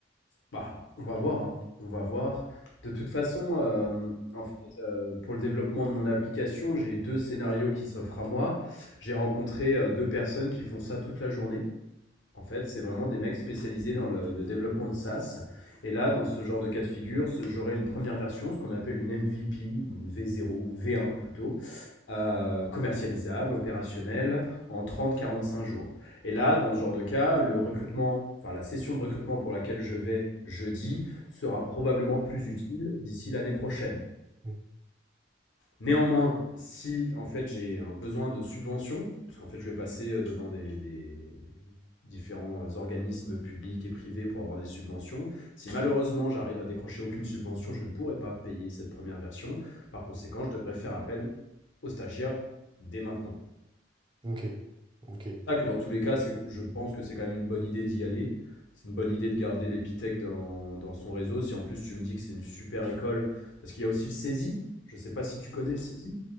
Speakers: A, on the left (about 75°); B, on the right (about 25°).
A: Bah, on va voir, hein. On va voir. De toute façon, hem, en fait, heu, pour le développement de mon application, j'ai 2 scénarios qui s'offrent à moi. J'ai rencontré, heu, 2 personnes qui font ça toute la journée. En fait, c'est vraiment des mecs spécialisés dans le le développement de SaaS et là, dans ce genre de cas de figure, ce j'aurai une première version, ce qu'on appelle une MVP ou une V0 ou une V1 plutôt, euh, commercialisable, opérationnel, en trente, quarante, cinq jours. Et là, dans ce genre de cas, le recrutement, enfin la session de recrutement pour laquelle je vais jeudi sera probablement plus utile d'ici l'année prochaine.
B: Oui.
A: Néanmoins, si en fait j'ai un besoin de subvention, puisqu'en fait je vais passer euh, devant des, des différents euh, organismes publics et privés pour avoir des subventions, si malheureusement j'arrive à décrocher aucune subvention, je ne pourrai pas payer cette première version. Par conséquent, je devrais faire appel aux stagiaires dès maintenant.
B: Ok, ok.
A: ça que dans tous les cas, c'est- je pense que c'est quand même une bonne idée d'y aller. C'est une bonne idée de garder l'Épithèque dans, dans son réseau. Si en plus tu me dis que c'est une super école, parce qu'il y a aussi le saisi. Je sais pas si tu connais le saisi.